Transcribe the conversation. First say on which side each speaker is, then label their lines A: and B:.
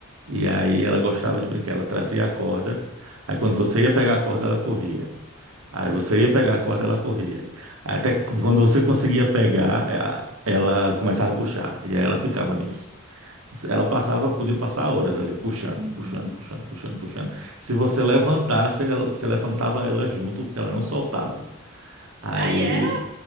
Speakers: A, on the right; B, on the right.
A: E aí ela gostava de brincar. Ela trazia a corda. Aí quando você ia pegar a corda, ela corria. Aí você ia pegar a corda, ela corria. Até que quando você conseguia pegar, eh, ela começava a puxar. E aí ela ficava nisso. Ela passava, podia passar horas ali, puxando,
B: Uhum.
A: puxando, puxando, puxando, puxando. Se você levantasse, ela- você levantava ela junto, porque ela não soltava. Aí,
B: Aí é,